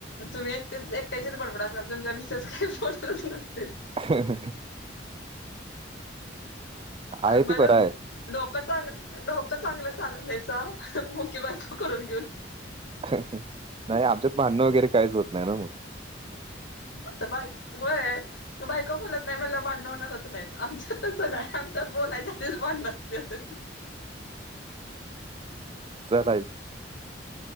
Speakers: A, on the left; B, on the right.
A: तुम्ही एकटेच एकट्याचेच बडबड असाल तुमच्या मिसेस काही पडतच नसतील
B: ह. आहे
A: बरच
B: ते बरं आहे
A: डोक. चांग डोकं चांगलं चालवलंयसा मुक बायको करून घेऊन.
B: नाही आमच्यात भांडणं वगैरे काहीच होत नाही ना मग.
A: आता बाई होय. बायक बोलत नाही म्हण भांड होणारच नाहीत आमच्यात तस नाही आमच्यात बोलायच्या आधीच भांडणते.
B: चलाय